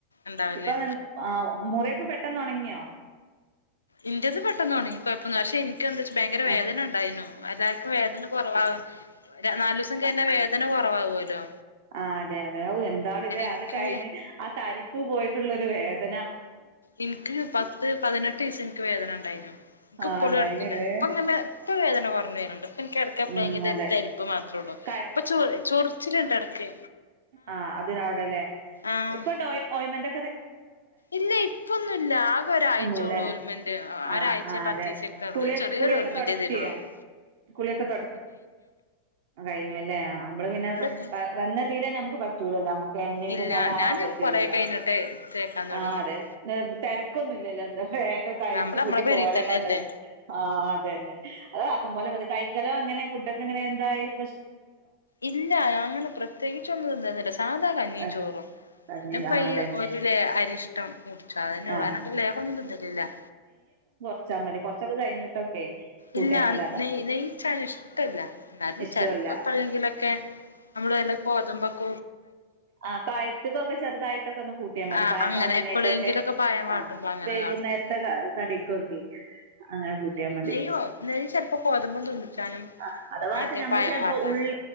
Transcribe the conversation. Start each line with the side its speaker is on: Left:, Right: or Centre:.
Left: ഉണ്ടാവുംല്ലേ
Right: ഇപ്പൊ ആഹ് മുറിഒക്കെ പെട്ടെന്ന് ഒണങ്ങിയോ
Left: ഇന്റത് പെട്ടന്നൊണങ്ങി കുഴപ്പന്നും ഇല്ല പക്ഷേ ഇൻ ഇൻക്കെന്താച്ച് ഭയങ്കര
Right: ആ
Left: വേദന ഉണ്ടായിരുന്നു എല്ലാർക്കും വേദന കുറവാവ്. നാലൂസം കഴിഞ്ഞാ വേദന കുറവാവൂലോ
Right: ആഹ് അതെ അതെ ഹാവൂ എന്താണ്ല്ലേ
Left: എനിക്ക്
Right: അത് കഴിഞ്ഞ് ആ തരിപ്പ് പോയിട്ടുള്ള ഒരു വേദന
Left: ഇൻക്ക് പത്ത് പതിനെട്ട് ദീസം ഇൻക്ക് വേദനണ്ടായിന്നു ഇക്ക്
Right: ആ
Left: ഇപ്പഴും
Right: ഉണ്ടായിനല്ലേ
Left: എടക്ക് വേദ ഇപ്പ ഇങ്ങനെ ഇപ്പൊ വേദന കുറഞ്ഞു വര്ന്ണ്ട് ഇപ്പൻക്കെട്ക്കെപ്പഴങ്കിലും
Right: ഉം അതെ
Left: ഒരു തരിപ്പ് മാത്രേ ഒള്ളൂ
Right: ക
Left: ഇപ്പൊ ചൊറി ചൊർച്ചിലിണ്ട് എടക്ക്
Right: ആഹ് അതിന് അവിടെല്ലേ
Left: ആഹ്
Right: ഇപ്പണ്ടോ ഓയ് ഓയ്മന്റ്
Left: ഇല്ല ഇപ്പൊന്നും ഇല്ല ആകെ ഒരാഴ്ച
Right: ഒന്നുല്ലല്ലോ
Left: ഉള്ളൂ ഒൽമൻറ്
Right: ആ
Left: ഒരാഴ്ചയ
Right: ആ
Left: പത്തീസം
Right: അതെ
Left: ഒക്കെ ഉള്ളൂ-
Right: കുളി
Left: ചെറിയൊരു
Right: കുളിയൊക്കെ
Left: ഓൽമെന്റ
Right: തൊടത്തിയോ
Left: തരുള്ളോ -
Right: കുളിയൊക്കെ കഴിഞ്ഞു അല്ലേ നമ്മള് പിന്നെ
Left: സ്കൂളിലൊക്കെ
Right: വന്നതിൽന്നെ നമുക്ക് പറ്റൂലല്ലേ നമക്ക്- എന്നെ ഇതൊന്നും
Left: ഇല്ല
Right: അവിടെ
Left: ഞാന്
Right: ആവാൻ പറ്റൂലല്ലോ
Left: കൊറെ കഴിഞ്ഞിട്ട് തേക്കാൻ തുടങ്ങിയത്
Right: ആഹ് അതെ നെ തെരക്കൊന്നും ഇല്ലല്ലോ- എന്താ വേഗം കഴിച്ച്
Left: നമ്മള് നമ്മളെ
Right: കൂട്ടി
Left: പെരീ
Right: പോരണംന്നുള്ള
Left: തന്നെയല്ലേ
Right: ആഹ് അതന്നെ അത് ആക്കം പോലെ അത് ക ഴിക്കലോ അങ്ങനെ ഫുഡൊക്കെ അങ്ങനെന്തായി-
Left: ഇല്ല അങ്ങനെ പ്രത്യേകിച്ചൊ ഒന്നുംതിന്തിന്നില്ല സാധാ കഞ്ഞിയും
Right: ആഹ്
Left: ചോറും-
Right: കഞ്ഞി
Left: പിന്നെ പയ്യേ
Right: ആഹ് അതന്നെ
Left: ഒരുലെ അരിഷ്ടം കുടിച്ചു അതന്നെ ഉള്ളു
Right: ആഹ്
Left: അല്ലാണ്ട് ലേഹ്യന്നും തിന്നിട്ടില്ല-
Right: ച്ചാമതി കൊറച്ചൊക്കെ കഴിഞ്ഞിട്ടൊക്കെ- കൂട്ടിയാൽ
Left: ഇല്ല
Right: മതി അതോ
Left: നെയ് നെയ്ച്ചാണ് ഇഷ്ടില്ല എന്നാലും
Right: ഇഷ്ടമല്ല
Left: ചെലപ്പോ എപ്പോഴെങ്കിലൊക്കെ- നമ്മള് നല്ല ഗോതമ്പൊക്ക
Right: ആ പഴത്തക്ക് ഒക്കെ ചെറുതായിട്ടൊക്കെ ഒന്ന് കൂട്ടിയാൽ മതി
Left: ആഹ്
Right: പഴം
Left: അങ്ങനെ
Right: വാട്ടിനേക്കൊക്കെ
Left: എപ്പളെങ്കിലൊക്കെ പഴം വാട്ടുമ്പോ
Right: ആ
Left: അങ്ങനെ
Right: വൈകുന്നേരത്തെ
Left: കാട്ടും
Right: കടിക്കൊക്കെ അങ്ങനെ കൂട്ടിയാ മതി
Left: യ്യോ ലേശൽപ്പോ ഗോതമ്പം തുന്നിച്ചാനും
Right: ആഹ് അഥവാ
Left: മറ്റേ
Right: നമ്മള്
Left: പഴം
Right: ചെലപ്പോ
Left: വാട്ടാനും
Right: ഉള്ള്